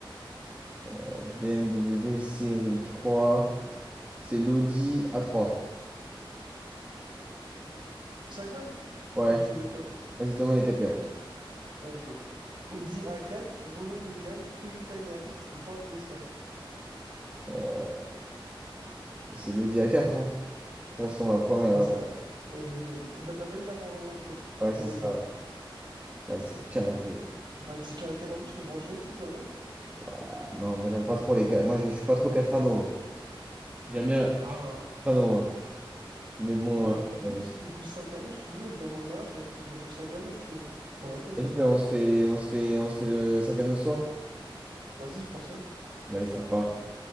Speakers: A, on the right (about 15°); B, on the right (about 60°).
A: Euh, BMW série trois C'est l'Audi A3.
B: Sacom?
A: Ouais.
B: Ou tu veux les quatre
A: Vas-y, donne-moi les quatre quand même.
B: Ok. Audi A4, Renault Mégane, Toyota Yaris et Ford Fiesta.
A: Euh, c'est l'Audi A4, hein. Je reste sur ma première.
B: C'est
A: euh,
B: ça, elle est belle. T'as bah, t'as failli l'avoir en one shot.
A: Ouais, c'est
B: Elle
A: ça.
B: est belle.
A: Ouais, c'est carré.
B: Audi A4, en plus, t'es branché Audi, toi, non?
A: Ouah, Non, moi, j'aime pas trop les 4. Moi, je, je suis pas trop 4 anneaux. moi. J'aime bien.
B: Ah.
A: Je suis 4 anneaux, moi. Mais bon,
B: Bah,
A: euh,
B: du coup,
A: euh,
B: si t'es plus 5 anneaux, si tu veux, dans mon garage, j'ai acheté une voiture 5 anneaux, si tu veux. On la teste.
A: vas-y, ben, on se fait, on se fait, on se fait le 5 anneaux ce soir.
B: Vas-y, français.
A: Bah, allez, ça part.